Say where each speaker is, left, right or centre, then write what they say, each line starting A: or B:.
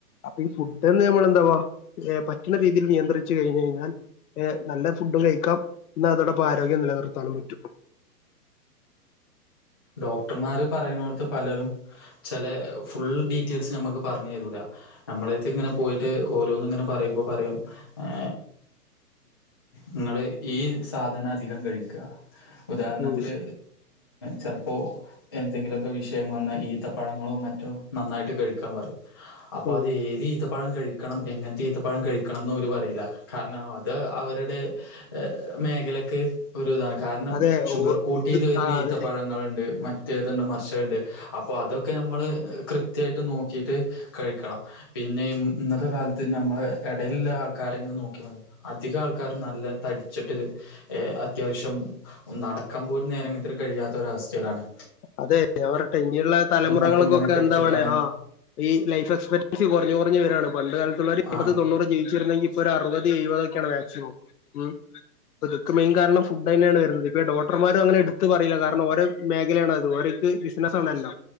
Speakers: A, on the left; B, on the left.
A: അപ്പൊ ഈ ഫുഡ് എന്ന് നമ്മൾ എന്താവാ ഏർ പറ്റണ രീതിയിൽ നിയന്ത്രിച്ചു കഴിഞ്ഞഞ് കഴിഞ്ഞാൽ ഏർ നല്ല ഫുഡും കഴിക്കാം എന്ന അതോടൊപ്പം ആരോഗ്യം നിലനിർത്താനും പറ്റും
B: ഡോക്ടർമാർ പറയുന്നൊടത്ത് പലരും ചില ഫുൾ ഡീറ്റെൽസ് നമ്മുക്ക് പറഞ്ഞു തരൂല നമ്മളത്ത് ഇങ്ങനെ പോയിട്ട് ഓരോന്നും ഇങ്ങനെ പറയുമ്പോ പറയും ഏ നിങ്ങള് ഈ സാധന അധികം കഴിക്ക ഉദാഹരണത്തില്
A: ഉം
B: ചർപ്പ അപ്പോൾ എന്തെങ്കിലുമൊക്കെ വിഷയം വന്നാൽ ഈത്ത പഴങ്ങളോ മറ്റോ നന്നായിട്ട് കഴിക്കാൻ പറയും അപ്പൊ
A: ഉം
B: അത് ഏത് ഈത്ത പ്പഴം കഴിക്കണം എങ്ങനെതീത്ത പഴം കഴിക്കണംന്ന് ഓര് പറിയില്ല കാരണം അത് അവരുടെ മേഖലക്ക് ഒരു ഇതാണ് കാരണം
A: അതെ
B: ഷുഗർ
A: ഓ
B: കൂട്ടീത്
A: ഇത്
B: വരുന്ന
A: ആ
B: ഈത്ത
A: അതെ
B: പഴങ്ങളിണ്ട് ണ്ട് മറ്റേതുണ്ട് മറച്ചതുണ്ട് അപ്പോ അതൊക്കെ നമ്മള് കൃത്യമായിട്ട് നോക്കിയിട്ട് കഴിക്കണം പിന്നെ ഇന്നത്തെ കാലത്ത് നമ്മൾ ഇടയിലുള്ള ആൾക്കാരന്ന് നോക്കി മതി അധിക ആൾക്കാരും നല്ല തടിച്ചിട്ട് അത്യാവശ്യം നടക്കാൻ പോലും നേരെങ്ങതിന് കഴിയാത്തൊരവസ്ഥ സ്ഥേലാണ്
A: അതെ ഞ പറട്ടെ ഇിയുള്ള തലമുറകൾക്കൊക്കെ
B: മറ്റും ഇങ്ങനെ കഴിച്ചിട്ടാണ്
A: എന്താണ ആ ഈ ലൈഫ് എക്സ്പെരിയൻസ് കുറ പറഞ്ഞവരാണ് പണ്ട് കാലത്തുള്ള ഒരു എൺപത്തി
B: ആഹ്
A: തൊണൂറ് ജീവിച്ചിരെങ്ക ഇപ്പോൊ അറപത് <unintelligible> മാക്മം ഉ മെയിൻ കാരണം ഫു് തന്നെയാണ് വരുന്നത് ഡോക്ടർമാരും അങ്ങനെ എടുത്ത് പറയില്ല കാരണം ഓോ <unintelligible> ക്ക് ബിസിന ആണല്ല